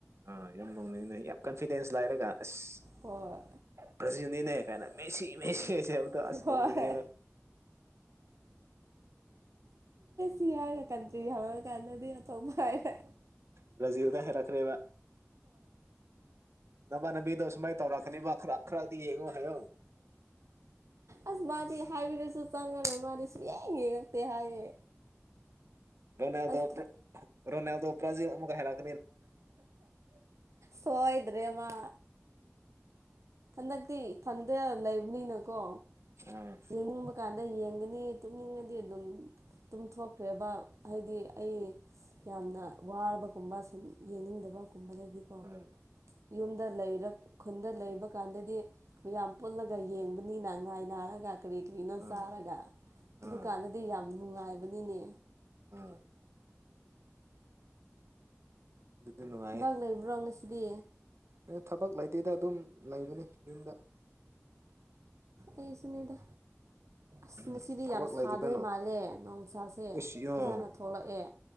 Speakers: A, on the right; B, on the right.
A: ꯑꯥ ꯌꯥꯝ ꯅꫭꯛꯅꯤꯡ ꯅ ꯌꯥꯝ ꯀꯟꯐꯤꯗꯦꯟꯁ ꯂꯥꯏꯔꯒ ꯑꯁ
B: ꯍꯣꯏ
A: ꯕ꯭ꯔꯥꯖꯤꯜꯅꯤꯅꯦ ꯀꯥꯏꯅ ꯃꯦꯁꯤ ꯃꯦꯁꯤ ꯅꯦ ꯍꯥꯏꯕꯗ ꯑꯁ
B: ꯍꯣꯏ
A: ꯅꫭꯛꯅꯤꯉꯦꯕ
B: ꯁꯤ ꯍꯥꯏꯔꯒ ꯀꯟꯇ꯭ꯔꯤ ꯍꯥꯡꯉ ꯀꯥꯟꯗꯗꯤ ꯑꯇꯄ ꯍꯥꯏꯔ
A: ꯕ꯭ꯔꯥꯖꯤꯜꯗ ꯍꯥꯏꯔꯛꯈ꯭ꯔꯦꯕ ꯅꯃꯥꯟꯅꯕꯤꯗꯣ ꯁꯨꯃꯥꯏꯅ ꯇꯧꯔꯛꯀꯅꯤꯕ ꯈꯔ ꯈꯔꯒ ꯍꯥꯏ
B: ꯑꯁ ꯃꯥꯗꯤ ꯍꯥꯏꯕꯤꯔꯁꯨ ꯆꯪꯉꯔꯣꯏ ꯃꯥꯗꯤ ꯁꯨꯡꯌꯦꯡ ꯌꯦꯡꯉꯛꯇꯦ ꯍꯥꯏꯌꯦ
A: ꯔꯣꯅꯦꯗ
B: ꯑꯁ
A: ꯔꯣꯅꯦꯜꯗꯣ ꯄ꯭ꯔꯥꯖꯤ ꯑꯃꯨꯛ ꯍꯦꯔꯛ
B: ꯁꯣꯏꯗ꯭ꯔꯦꯃ ꯍꯟꯗꯛꯇꯤ ꯏꯊꯟꯇ ꯂꯩꯕꯅꯤꯅꯀꯣ
A: ꯑꯥ
B: ꯌꯦꯡꯅꯤꯡꯕ ꯀꯥꯟꯗ ꯅꯤ ꯇꯨꯝꯅꯤꯡꯉꯗꯤ ꯑꯗꯨꯝ ꯇꯨꯝꯊꯣꯛꯈ꯭ꯔꯦꯕ ꯍꯥꯏꯗꯤ ꯑꯩ ꯌꯥꯝꯅ ꯋꯥꯔꯕꯒꯨꯝꯕ ꯁꯨꯝ ꯌꯦꯡꯅꯤꯡꯗꯕꯒꯨꯝꯕꯗꯗꯒꯤꯀꯣ
A: ꯑꯥ
B: ꯌꯨꯝꯗ ꯂꯩꯔ ꯈꯨꯟꯗ ꯂꯩꯕ ꯗꯨꯀꯥꯟꯗꯗꯤ ꯃꯌꯥꯝ ꯄꯨꯜꯂꯒ ꯌꯦꯡꯕꯅꯤꯅ ꯉꯥꯏ ꯅꯥꯔꯒ ꯀꯔꯤ ꯀꯔꯤꯅꯣ
A: ꯑꯥ
B: ꯆꯥꯔꯒ ꯑꯗꯨꯀꯥꯟꯗꯗꯤ
A: ꯑꯥ
B: ꯌꯥꯝ ꯅꯨꯡꯉꯥꯏꯕꯅꯤꯅꯦ
A: ꯎꯝ ꯑꯗꯨꯗꯤ ꯅꯨꯡꯉꯥꯏ
B: ꯊꯕꯛ ꯂꯩꯕ꯭ꯔꯣ ꯉꯁꯤꯗꯤ
A: ꯊꯕꯛ ꯂꯩꯇꯗ ꯑꯗꯨꯝ ꯂꯩꯕꯅꯤ ꯌꯨꯝꯗ
B: ꯑꯩ ꯁꯤꯅꯗ
A: <inaudible>
B: ꯑꯁ ꯉꯁꯤꯗꯤ
A: ꯊꯕꯛ
B: ꯌꯥꯝ ꯁꯥꯗꯣꯏ
A: ꯂꯩꯇꯗꯅꯣ
B: ꯃꯥꯜꯂꯦ ꯣꯡꯁꯥꯁꯦ
A: ꯑꯦꯁ
B: ꯐꯖꯅ
A: ꯑꯣ
B: ꯊꯣꯛꯂꯛꯑꯦ